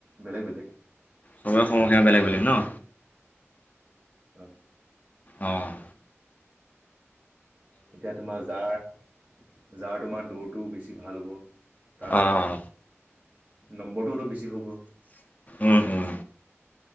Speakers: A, on the right (about 30°); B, on the left (about 35°).
A: বেলেগ বেলেগ।
B: চবৰে সময়সিমা বেলেগ বেলেগ ন?
A: অ।
B: অ অ।
A: এতিয়া তোমাৰ যাৰ যাৰ তোমাৰ দৌৰটো বেছি ভাল হ'ব। তাৰ
B: অঁ
A: নম্বৰটো অলপ বেছি হ'ব।
B: উম উম